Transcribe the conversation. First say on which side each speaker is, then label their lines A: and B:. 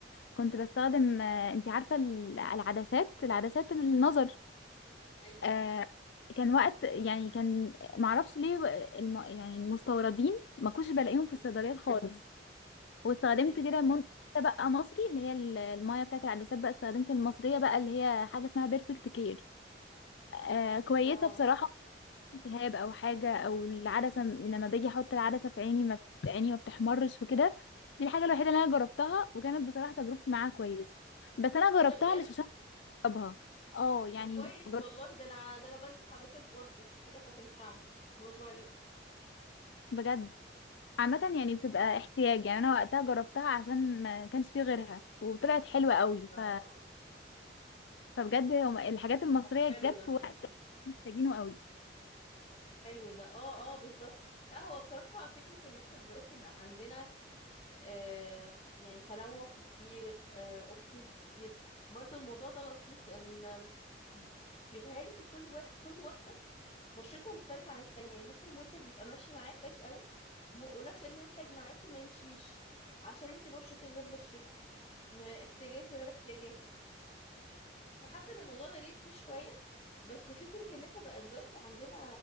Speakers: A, on the left; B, on the left.
A: كنت بستخدم آه، انتي عارفة ال- العدسات العدسات النظر
B: اي
A: آه، كان وقت يعني كان معرفش ليه الم- يعني المستوردين ما كنتش بلاقيهم
B: مم.
A: في الصيدليات خالص واستخدمت
B: اي
A: كده منتج بقى مصري اللي هي ال- المايه بتاعت العدسات بقى استخدمت المصريه بقى اللي هي حاجه اسمها بيرفكت كير آه كويسه
B: اه
A: بصراحه التهاب او حاجه او العدسه م- لما باجي احط العدسه في عيني ما بت- عيني ما بتحمرش وكده دي الحاجه الوحيده اللي انا جربتها وكانت بصراحه تجربتي معاها كويسه بس انا
B: ايه
A: جربتها
B: ده بجد
A: مش عشان اجربها اه يعني
B: طب كويس
A: جر-
B: والله ده انا ده انا بلبس عدسات برضو فكده هتنفعني برافو عليكي
A: بجد عامة يعني بتبقى احتياج يعني انا وقتها جربتها عشان ما كانش فيه غيرها وطلعت حلوة قوي
B: اه
A: ف فبجد هما الحاجات المصرية
B: طب حلو
A: جت
B: ده
A: في وقت محتاجينه قوي
B: حلو ده اه اه بالظبط لا هو بصراحة فكرة ان احنا دلوقتي بقى عندنا آه يعني تنوع كتير اوبشنز كتير برضو الموضوع ده لطيف لان آم، بيتهيألي ان كل واحد كل واحدة بشرتها مختلفة عن التانية يعني ممكن منتج يبقى ماشي معاك كويس قوي م- ونفس المنتج معاكي ما يمشيش عشان انتي بشرتك غير بشرتي ما- احتياجاتي غير احتياجاتك فحاسة ان الموضوع ده نسبي شوية بس فكرة ان احنا بقى دلوقتي عندنا